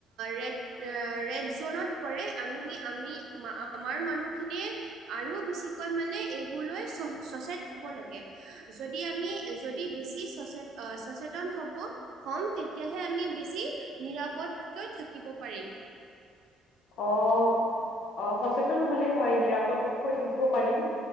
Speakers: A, on the right (about 70°); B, on the left (about 70°).
A: ৰেড এ ৰেড জনত পৰে, আমি-আমি-আমাৰ মানুহখিনিয়ে আৰু বেছিকৈ মানে এইবোৰ লৈ চ-চচেত হ'ব লাগে। যদি আমি যদি বেছি চচেত-অ'-চচেত তন হ'ব, হ'ম, তেতিয়াহে আমি বেছি নিৰাপদকৈ থাকিব পাৰিম।
B: অ', অ' সচেতন হ'লে হয়, নিৰাপদকৈ থাকিব পাৰিম।